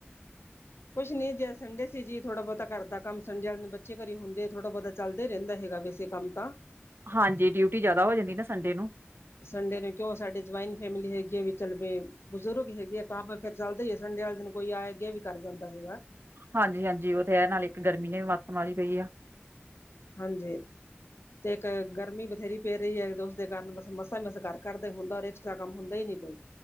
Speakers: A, on the left; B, on the right.
A: ਕੁਛ ਨੀ ਜੇ ਸੰਡੇ ਸੀ ਜੀ ਥੋੜਾ ਬਹੁਤਾ ਘ ਕਰਦਾ ਕੰਮ ਸੰਡੇ ਵਾਲੇ ਨੂੰ ਬੱਚੇ ਘੀ ਹੁੰਦੇ ਥੋੜਾ ਬਹੁਤਾ ਚੱਲਦਾ ਰਹਿੰਦਾ ਹੈਗਾ ਵੈਸੇ ਕੰਮ ਤਾਂ
B: ਹਾਂਜੀ ਡਿਊਟੀ ਜਿਆਦਾ ਹੋ ਜਾਂਦੀ ਨਾ ਸੰਡੇ ਨੂੰ
A: ਸੰਡੇ ਨੂੰ ਕਿਉਂ ਸਾਡੇ ਜੁਆਇੰਟ ਫੈਮਿਲੀ ਹੈਗੀ ਹੈ ਵੀ ਚੱਲ ਪ ਬਜ਼ੁਰਗ ਹੈਗੇ ਆ ਕ ਫੇਰ ਚੱਲਦੇ ਹੀ ਆਏ ਸੰਡੇ ਵਾਲੇ ਦਿਨ ਕੋਈ ਆ ਅੱਗੇ ਵੀ ਕਰ ਜਾਂਦਾ ਹੈਗਾ
B: ਹਾਂਜੀ ਹਾਂਜੀ ਉਹ ਤੇ ਹੈ ਨਾਲੇ ਇੱਕ ਗਰਮੀ ਨੇ ਵੀ ਮੱਤ ਮਾਰੀ ਪਈ ਆ
A: ਹਾਂਜੀ ਤੇ ਇੱਕ ਗਰਮੀ ਬਥੇਰੀ। ਪੇ ਰਹੀ ਹੈ ਦੋ ਉਸਦੇ ਕਾਰਨ ਬਸ ਮਸਾਂ ਮਸ ਕਰਦਾ ਹੀ ਹੁੰਦਾ ਐਕਸਟਰਾ ਕੰਮ ਹੁੰਦਾ ਹੀ ਨੀ ਕੋਈ